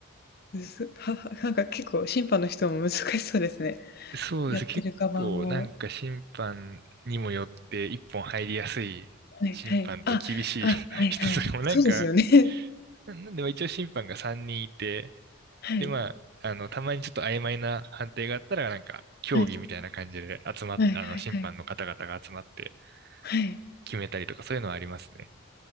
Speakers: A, on the left (about 45°); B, on the right (about 50°).
A: むずははなんか結構審判の人も難しそうですね。
B: そうです。
A: やってる側も
B: 結構なんか審判にもよって一本入りやすい審判と厳しい
A: はいはい。あ、あ、
B: <laughs>
A: はいはい。
B: 人とかもなんか、
A: そうですよね。<laughs>
B: ななんでまあ一応審判が3人いて、
A: はい。
B: でまあ、あの、たまにちょっと曖昧な判定があったらなんか、競技みたいな感じで集まっ、
A: はい。はいはいはい。
B: あの、審判の方々が集まって
A: はい。
B: 決めたりとかそういうのはありますね。